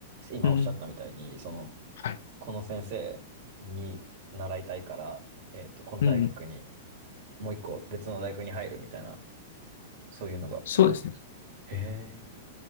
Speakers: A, on the right; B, on the left.
A: 今おっしゃったみたいに、
B: うん。
A: その、
B: はい。
A: この先生に習いたいから、えっと、この大学に、
B: うん。
A: もう一個別の大学に入るみたいな、そういうのが結構多いんですかへ
B: そうですね。
A: え、